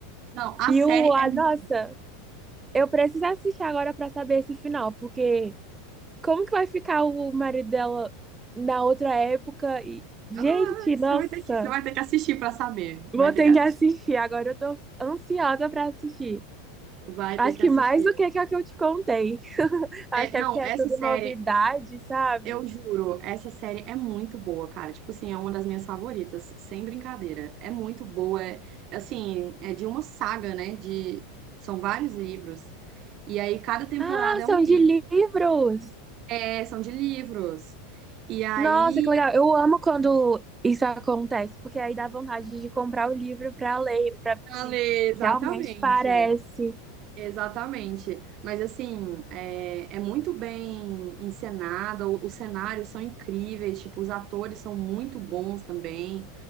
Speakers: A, on the right (about 45°); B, on the right (about 15°).
A: Não, a
B: E
A: série
B: o, a,
A: é muito
B: nossa,
A: boa.
B: eu preciso assistir agora pra saber esse final, porque como que vai ficar o marido dela na outra época? E, gente,
A: Ah, você
B: nossa.
A: vai ter que, você vai ter que assistir pra saber. Vai
B: Vou
A: ter
B: ter
A: que assistir.
B: que assistir. Agora eu tô ansiosa pra assistir.
A: Vai
B: Acho
A: ter que
B: que
A: assistir.
B: mais do que que é que eu te contei. Acho
A: É,
B: que
A: não,
B: é porque é
A: essa
B: tudo
A: série,
B: novidade, sabe?
A: eu juro, essa série é muito boa, cara. Tipo assim, é uma das minhas favoritas, sem brincadeira. É muito boa. É, assim, é de uma saga, né? De, são vários livros. E aí, cada temporada
B: Ah,
A: é
B: são
A: um livro.
B: de livros!
A: É, são de livros. E aí,
B: Nossa, que legal. Eu amo quando isso acontece, porque aí dá vontade de comprar o livro para ler, para ver
A: Ale,
B: se
A: exatamente.
B: realmente parece.
A: Exatamente. Mas assim, é, é muito bem encenada, o- os cenários são incríveis, tipo, os atores são muito bons também.